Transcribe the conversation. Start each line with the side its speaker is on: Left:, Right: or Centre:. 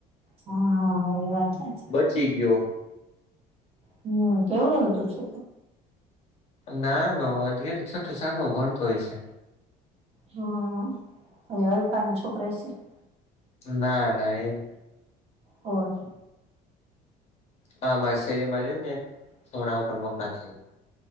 Right: હા હા એ વાત હાચી
Left: બચી ગ્યો.
Right: હમ્મ કેવડું હતું છે
Left: ના નો હજી એ છઠ્ઠુ સાતમું ભણતો હશે
Right: હા, એ હરભાના છોકરો <unintelligible>
Left: ના ના એમ
Right: ઓર
Left: હા માર શેરીમા રે ને થોણા ઉપર મોકા છે